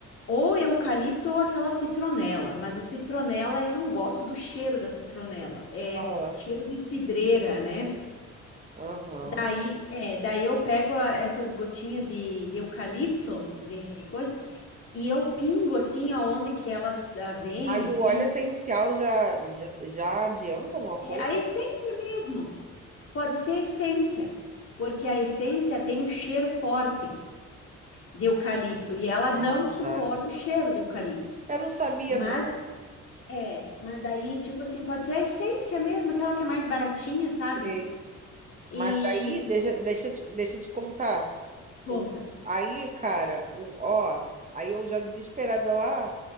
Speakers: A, on the left (about 50°); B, on the right (about 25°).
A: ou eucalipto ou aquela citronela, mas o citronela eu não gosto do cheiro da citronela, é
B: Aham.
A: cheiro de cidreira, né?
B: Aham.
A: Daí, é, daí eu pego a- essas gotinhas de, de eucalipto, de coisa, e eu pingo assim aonde que elas ah, vêm,
B: Mas
A: assim,
B: o óleo essencial já, já, já adianta alguma
A: É,
B: coisa?
A: a essência mesmo, pode ser a essência, porque a essência tem um cheiro forte. de eucalipto e ela não
B: Ah,
A: suporta
B: tá.
A: o cheiro do eucalipto.
B: Eu não sabia,
A: Mas
B: não.
A: é, mas daí, tipo assim, pode ser a essência mesmo, aquela que é mais baratinha, sabe?
B: Sim.
A: E
B: Mas aí, deixa, deixa, eu te, deixa eu te contar.
A: conta.
B: O, aí, cara, o, ó, aí eu já desesperada lá,